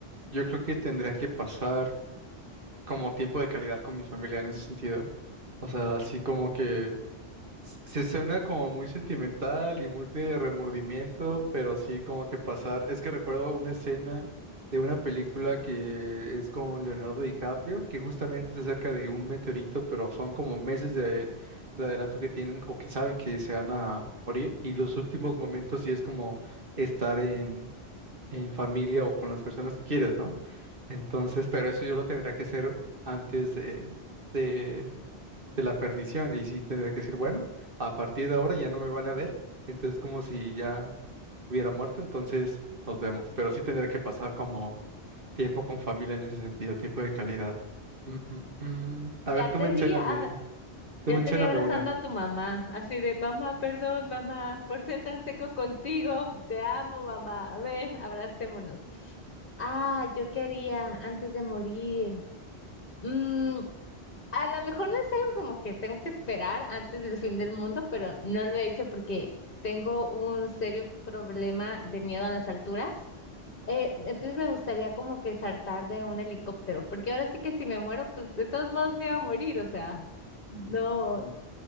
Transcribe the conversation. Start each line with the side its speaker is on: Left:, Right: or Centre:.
Right: yo creo que tendría que pasar como tiempo de calidad con mi familia en ese sentido. O sea, así como que Se suena como muy sentimental y muy de remordimiento, pero sí como que pasar. Es que recuerdo una escena de una película que es con Leonardo DiCaprio, que justamente es acerca de un meteorito, pero son como meses de, de adelanto que tienen o que saben que se van a morir. Y los últimos momentos sí es como estar en, en familia o con las personas que quieres, ¿no? Entonces, pero eso yo lo tendría que hacer antes de, de de la perdición y sí tendría que decir, bueno, a partir de ahora ya no me van a ver, entonces como si ya hubiera muerto, entonces nos vemos, pero sí tendría que pasar como tiempo con familia en ese sentido, tiempo de calidad. Mm, mm, mm. A ver,
Left: Ya
Right: tú
Left: te
Right: mencióname,
Left: di a,
Right: tú
Left: Ya
Right: mencióname
Left: te vi abrazando
Right: una.
Left: a tu mamá, así de mamá, perdón, mamá, por ser tan seco contigo. Te amo, mamá. Ven, abracémonos. Ah, yo quería antes de morir. Mm, a lo mejor no es algo como que tengo que esperar antes del fin del mundo, pero no lo he hecho porque tengo un serio problema de miedo a las alturas. Eh, entonces me gustaría como que saltar de un helicóptero, porque ahora sí que si me muero, pues de todos modos me iba a morir, o sea, no.